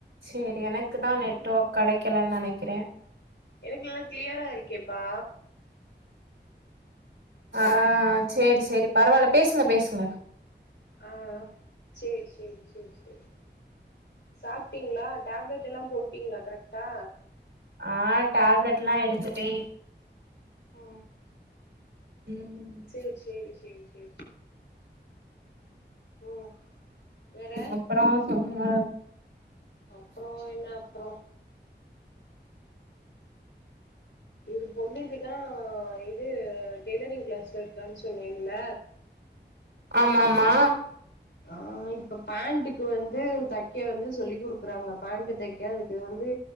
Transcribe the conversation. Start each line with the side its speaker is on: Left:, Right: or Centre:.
Right: சேரி எனக்கு தா நெட் ஒர்க் கடைக்கலன் நனைக்கிறேன்
Left: எனக்கு எல்லா கிளியரா இருக்கேப்பா
Right: ஆ சேரி சேரி பரவால்ல பேசுங்க பேசுங்க
Left: ஆ சேரி சேரி சேரி சேரி சாப்ட்டீங்களா டேப்லெட் எல்லா போட்டீங்களா கரெக்டா
Right: ஆ டேப்லெட்லா எடுத்துட்டே
Left: ஓ
Right: ம்
Left: சேரி சேரி சேரி சேரி ஓ வேற
Right: அப்றோ சொல்லுங்க
Left: அப்புறோ என்ன அப்புறோ எங்க பொண்ணுக்குதா இது டெய்லரிங் கிளாஸ் போய்ருக்கான்னு சொன்னேன்ல
Right: ஆமா ஆமா
Left: அ இப்போ பேண்ட்டுக்கு வந்து தைக்க வந்து சொல்லி் கொடுக்குறாங்க பேண்ட் தைக்க அதுக்கு இது வந்து